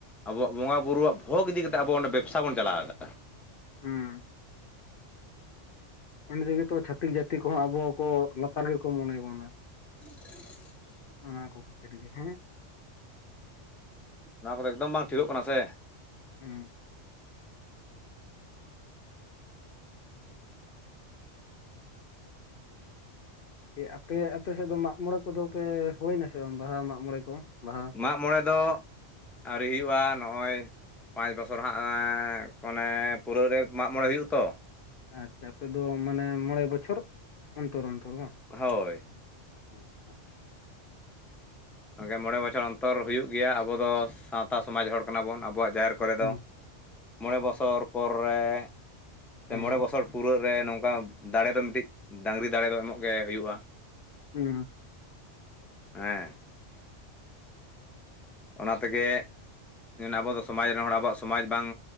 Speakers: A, in the centre; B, on the left (about 55°).
A: ᱟᱵᱚᱣᱟᱜ ᱵᱚᱸᱜᱟᱼᱵᱩᱨᱩᱣᱟᱜ ᱵᱷᱳᱜᱽ ᱤᱫᱤ ᱠᱟᱛᱮ ᱟᱵᱚ ᱵᱮᱵᱽᱥᱟ ᱵᱚᱱ ᱪᱟᱞᱟᱣ ᱫᱟ᱾
B: ᱦᱩᱸ ᱤᱱᱟᱹ ᱛᱮᱜᱮ ᱛᱚ ᱪᱷᱟᱛᱤᱠ ᱡᱟᱹᱛᱤ ᱠᱚᱦᱚᱸ ᱟᱵᱚ ᱦᱚᱸ ᱠᱚ ᱞᱟᱛᱟᱨ ᱜᱮᱠᱚ ᱢᱚᱱᱮᱭ ᱵᱚᱱᱟ᱾
A: <inaudible>
B: ᱚᱱᱟ ᱠᱚ ᱠᱷᱟᱹᱛᱤᱨ ᱜᱮ ᱦᱮᱸ,
A: ᱱᱚᱣᱟ ᱠᱚᱫᱚ ᱮᱠᱫᱚᱢ ᱵᱟᱝ ᱴᱷᱤᱠᱚᱜ ᱠᱟᱱᱟ ᱥᱮ?
B: ᱦᱮᱸ ᱟᱯᱮ ᱟᱯᱮ ᱥᱮᱫ ᱫᱚ ᱢᱟᱜ ᱢᱚᱬᱮ ᱠᱚᱫᱚ ᱯᱮ ᱦᱩᱭᱱᱟ ᱥᱮ ᱵᱟᱝ ᱵᱟᱦᱟ ᱢᱟᱜ ᱢᱚᱬᱮ ᱠᱚ ᱵᱟᱦᱟ?
A: ᱢᱟᱜᱢᱚᱬᱮ ᱫᱚ ᱟᱹᱣᱨᱤ ᱦᱩᱭᱩᱜᱼᱟ ᱱᱚᱜᱼᱚᱭ, ᱯᱟᱸᱪ ᱵᱚᱪᱷᱚᱨ ᱦᱟᱸᱜ ᱢᱟᱱᱮ ᱯᱩᱨᱟᱹᱜ ᱨᱮ ᱢᱟᱜᱢᱚᱬᱮ ᱦᱩᱭᱩᱜᱼᱟ ᱛᱚ,
B: ᱟᱪᱪᱷᱟ ᱟᱯᱮᱫᱚ ᱢᱟᱱᱮ ᱢᱚᱬᱮ ᱵᱚᱪᱷᱚᱨ ᱚᱱᱛᱚᱨ ᱚᱱᱛᱚᱨ ᱵᱟᱝ?
A: ᱦᱳᱭ
B: ᱟᱪᱪᱷᱟ
A: ᱜᱮ ᱢᱚᱬᱮ ᱵᱚᱪᱷᱚᱨ ᱚᱱᱛᱚᱨ ᱦᱩᱭᱩᱜ ᱜᱮᱭᱟ ᱟᱵᱚ ᱫᱚ ᱥᱟᱶᱛᱟ ᱥᱚᱢᱟᱡᱽ ᱦᱚᱲ ᱠᱟᱱᱟ ᱵᱚᱱ ᱟᱵᱚᱣᱟᱜ ᱡᱟᱦᱮᱨ ᱠᱚᱨᱮ
B: ᱦᱩᱸ
A: ᱫᱚ, ᱢᱚᱬᱮ ᱵᱚᱪᱷᱚᱨ ᱯᱚᱨ ᱨᱮ ᱥᱮ
B: ᱦᱩᱸ
A: ᱢᱚᱬᱮ ᱵᱚᱪᱷᱚᱨ ᱯᱩᱨᱟᱹ ᱨᱮ ᱱᱚᱝᱠᱟ ᱫᱟᱲᱮᱚ ᱢᱤᱫᱴᱤᱡ ᱰᱟᱝᱨᱤ ᱫᱟᱲᱮ ᱫᱚ ᱮᱢᱚᱜ ᱜᱮ ᱦᱩᱭᱩᱜᱼᱟ᱾
B: ᱦᱮᱸ
A: ᱦᱮᱸ ᱚᱱᱟ ᱛᱮᱜᱮ ᱟᱵᱚ ᱫᱚ ᱥᱚᱢᱟᱡᱽ ᱨᱮᱱ ᱦᱚᱲ ᱟᱵᱚᱣᱟᱜ ᱥᱚᱢᱟᱡᱽ ᱵᱟᱝ